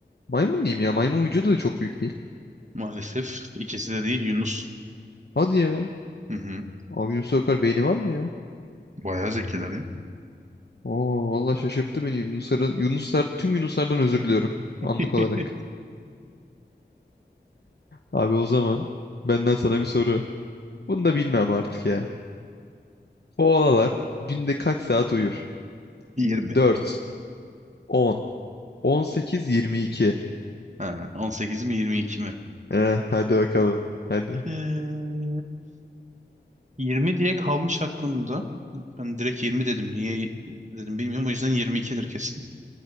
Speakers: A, on the left; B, on the right.
A: Maymun diyeyim ya. Maymun vücudu da çok büyük değil.
B: Maalesef ikisi de değil Yunus.
A: Hadi ya.
B: Hı hı.
A: Abi Yunus Akar beyni var mı ya?
B: Bayağı zekiler ya.
A: Oo vallahi şaşırttı beni Yunusların Yunuslar tüm Yunuslardan özür diliyorum anlık
B: <laughs>
A: olarak. Abi o zaman benden sana bir soru. Bunu da bilmem artık ya. Koalalar günde kaç saat uyur?
B: 20.
A: Dört, on, on sekiz, yirmi iki.
B: Ha, 18 mi 22 mi?
A: Eh, hadi bakalım. Hadi.
B: Ee, 20 diye kalmış aklımda. Ben direkt 20 dedim. Niye dedim bilmiyorum. O yüzden 22'dir kesin. <laughs>